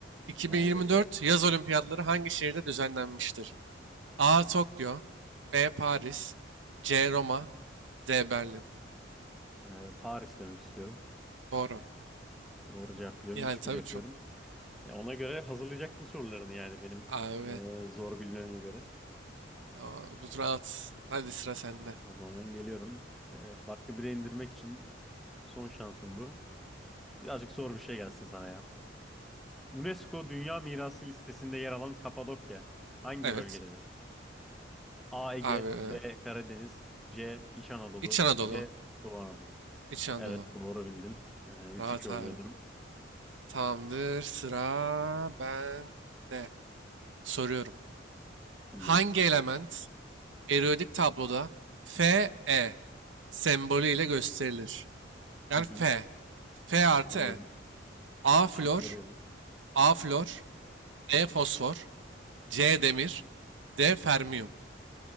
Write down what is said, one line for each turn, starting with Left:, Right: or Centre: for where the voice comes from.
Right: 2024
Centre: Yani o
Right: yaz olimpiyatları hangi şehirde düzenlenmiştir? A. Tokyo B. Paris C. Roma D. Berlin
Centre: e, Paris demek istiyorum.
Right: Doğru.
Centre: Doğru cevap biliyorum.
Right: Yani
Centre: üç
Right: tabii
Centre: bir yapıyorum.
Right: çok
Centre: Ya ona göre hazırlayacaktın sorularını yani benim
Right: abi
Centre: e, zor bilmeme göre.
Right: aa, bu rahat. Hadi sıra sende.
Centre: O zaman geliyorum. E, farkı bire indirmek için son şansım bu. Birazcık zor bir şey gelsin sana ya. UNESCO Dünya Mirası listesinde yer alan Kapadokya hangi
Right: Evet.
Centre: bölgededir? A. Ege,
Right: Abi
Centre: B. Karadeniz, C. İç Anadolu,
Right: İç Anadolu.
Centre: D. Doğu Anadolu.
Right: İç Anadolu.
Centre: Evet doğru bildin. E, 3-2
Right: Rahat abi.
Centre: oluyor durum.
Right: Tamamdır. Sıra bende. Soruyorum.
Centre: Dinliyorum.
Right: Hangi element periyodik tabloda Fe sembolü ile gösterilir. Yani
Centre: Hı hı,
Right: Fe. Fe artı
Centre: anladım.
Right: E. A flor,
Centre: Şıkları
Right: A flor, E fosfor, C demir, D fermiyum.